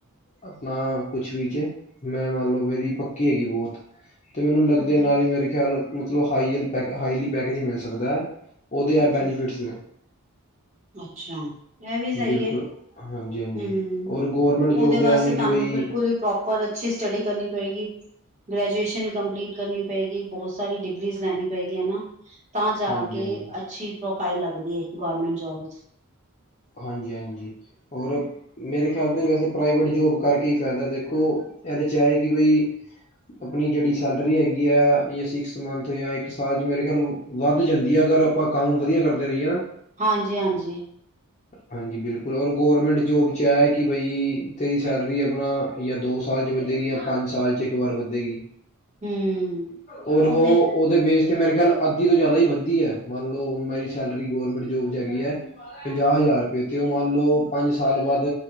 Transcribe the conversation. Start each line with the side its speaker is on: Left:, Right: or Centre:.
Left: ਆਪਣਾ ਕੁਛ ਵੀਚ ਮੈਂ ਮੰਨ ਲਓ ਮੇਰੀ ਪੱਕੀ ਹੈਗੀ ਬਹੁਤ ਤੇ ਮੈਨੂੰ ਲੱਗਦੇ
Right: ਹਮ ਹਮ
Left: ਨਾਲ ਹੀ ਮੇਰੇ ਖਿਆਲ ਮਤਬ ਹਾਈ ਲੀ ਪੈਕੇਜ ਮਿਲ ਸਕਦਾ ਹੈ। ਉਹਦੇ ਆ
Right: ਅੱਛਾ
Left: ਬੈਨੀਫਿਟਸ ਨੇ
Right: ਅੱਛਾ ਇਹ ਵੀ ਸਹੀ
Left: ਬਿਲਕੁਲ
Right: ਹੈ,
Left: ਹਾਂਜੀ ਹਾਂਜੀ
Right: ਹੂੰ
Left: ਔਰ ਗੌਰਮੈਂਟ
Right: ਉਹਦੇ
Left: ਜੋਬ ਦੇ
Right: ਵਾਸਤੇ
Left: ਇਹ ਨੇ
Right: ਤੁਹਾਨੂੰ
Left: ਕਿ ਬਈ
Right: ਬਿਲਕੁਲ ਬਿਲਕੁਲ ਹੀ ਪ੍ਰੋਪਰ ਅੱਛੀ ਸਟੱਡੀ ਕਰਨੀ ਪਏਗੀ। ਗ੍ਰੈਜੂਏਸ਼ਨ ਕੰਪਲੀਟ ਕਰਨੀ ਪਏਗੀ। ਬਹੁਤ ਸਾਰੀ ਡਿਗਰੀਜ਼ ਲੈਣੀ ਪਏਗੀ ਹਨਾ। ਤਾਂ ਜਾ
Left: ਹਾਂਜੀ
Right: ਕੇ
Left: ਹਾਂਜੀ
Right: ਅੱਛੀ ਪ੍ਰੋਫਾਈਲ ਲੱਗਦੀ ਹੈ, ਗਰਮੈਂਟ ਜੋਬ ਵਿਚ।
Left: ਹਾਂਜੀ-ਹਾਂਜੀ ਹੋਰ ਮੇਰੇ ਖਿਆਲ 'ਤੇ ਵੈਸੇ ਪ੍ਰਾਈਵੇਟ ਜੋਬ ਕਰਕੇ ਹੀ ਫਾਇਦਾ ਦੇਖੋ, ਇਹਦੇ 'ਚ ਹੈ ਕਿ ਬਈ ਆਪਣੀ ਜਿਹੜੀ ਸੈਲਰੀ ਹੈਗੀ ਆ, ਜਾਂ ਸਿਕਸ ਮੰਥ, ਜਾਂ ਇੱਕ ਸਾਲ 'ਚ ਮੇਰੇ ਖਿਆਲ ਵੱਧ ਜਾਂਦੀ ਹੈ। ਅਗਰ ਆਪਾਂ ਕੰਮ ਵਧੀਆ ਕਰਦੇ ਰਹੀਏ ਨਾ।
Right: ਹਾਂਜੀ- ਹਾਂਜੀ।
Left: ਹਾਂਜੀ ਬਿਲਕੁਲ ਔਰ ਗੌਰਮੈਂਟ ਜੋਬ 'ਚ ਇਹ ਕਿ ਬਈ ਤੇਰੀ ਸੈਲਰੀ ਆਪਣਾ ਜਾਂ ਦੋ ਸਾਲ ਚ ਵੱਧੇਗੀ ਜਾਂ ਪੰਜ ਸਾਲ ਚ ਇਕ ਵਾਰ ਵੱਧੇਗੀ।
Right: ਹਮ
Left: ਔਰ ਉਹ ਉਹਦੇ
Right: ਤੇ
Left: ਬੇਸ ਤੇ ਮੇਰੇ ਖਿਆਲ ਅੱਧੀ ਤੋਂ ਜ਼ਿਆਦਾ ਹੀ ਵਧਦੀ ਹੈ ਮ ਮੰਨ ਲਓ ਹੁਣ ਮੇਰੀ ਸੈਲਰੀ ਗਵਰਮੈਂਟ ਜੋਬ ਚ ਹੈਗੀ ਹੈ। ਪੰਜਾਹ ਹਜ਼ਾਰ ਰੁਪਏ ਤੇ ਉਹ ਮੰਨ ਲਓ ਪੰਜ ਸਾਲ ਬਾਅਦ